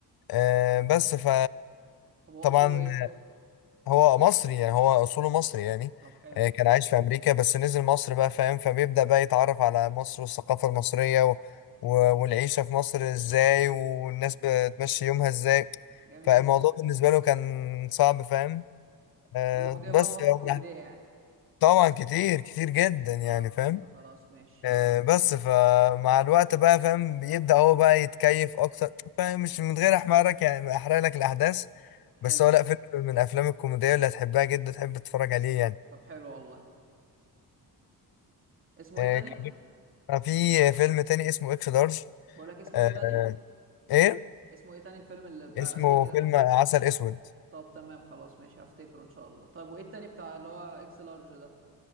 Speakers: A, on the left; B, on the right.
A: أه بس ف
B: طب هو
A: طبعا
B: اصوله ايه
A: هو مصري يعني هو اصوله مصري يعني
B: طب حلو
A: آه، كان عايش في امريكا بس نزل مصر بقى فاهم فبيبدأ بقى يتعرف على مصر والثقافة المصرية و... و... والعيشة في مصر ازاي والناس بتمشي يومها ازاي
B: جميل
A: فالموضوع بالنسبة له كان صعب فاهم آه،
B: ويواجه
A: بس
B: بقى مواقف
A: هو
B: كوميدية يعني
A: طبعا كتير كتير جدا يعني
B: اه فهمت
A: فاهم
B: خلاص ماشي
A: آه، بس فمع الوقت بقى فاهم بيبدأ هو بقى يتكيف اكتر فاهم مش من غير احمرك يعني ما احرق لك الاحداث
B: حلو
A: بس هو لا فيلم من الافلام الكوميديه اللي هتحبها جدا تحب تتفرج عليه يعني
B: طب حلو والله اسمه
A: آه،
B: ايه تاني
A: كان في فيلم تاني اسمه اكس لارج
B: بقول لك اسمه
A: آه،
B: ايه تاني
A: ايه
B: اسمه ايه تاني الفيلم اللي بتاع
A: اسمه
B: الامريكي
A: فيلم
B: ده
A: عسل اسود
B: طب تمام خلاص ماشي هفتكره ان شاء الله طيب وايه التاني بتاع اللي هو اكس لارج ده